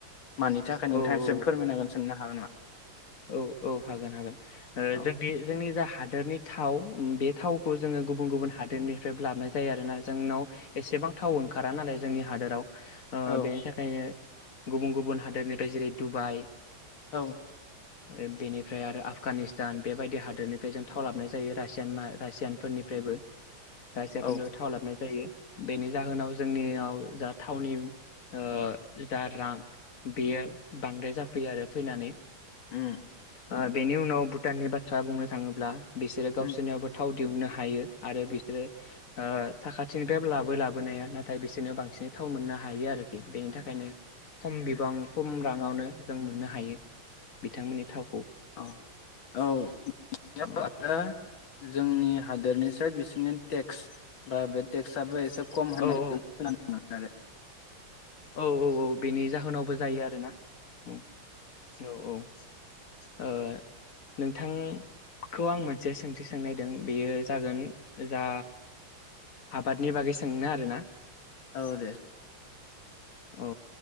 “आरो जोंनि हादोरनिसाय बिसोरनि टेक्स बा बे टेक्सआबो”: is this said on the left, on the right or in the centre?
Left